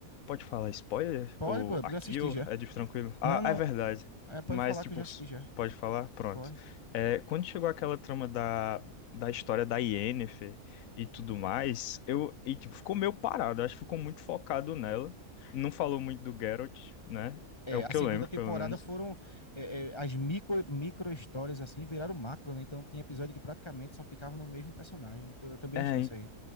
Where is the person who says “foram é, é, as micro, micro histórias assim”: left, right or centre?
Left